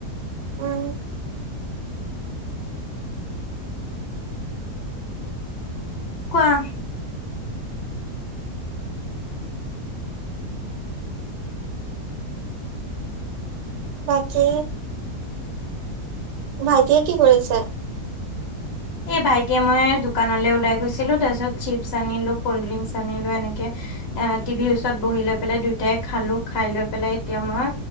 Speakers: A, on the right; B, on the left.
A: অহ
B: কোৱা
A: বাকী ভাইটিয়ে কি কৰিছে
B: এ ভাইটিয়ে মই দোকানলৈ ওলাই গৈছিলো তাৰপিছত চিপছ আনিলো কল্ড ড্ৰিংকচ আনিলো এনেকে টি ভিৰ ওচত বহি লৈ পেলাই দুয়ইটাই খালো খাই লৈ পেলাই এতিয়া মই